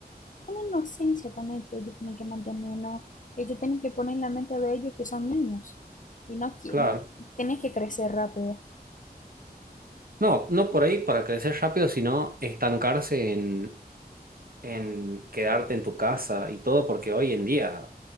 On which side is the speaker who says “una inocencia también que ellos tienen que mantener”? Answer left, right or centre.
Left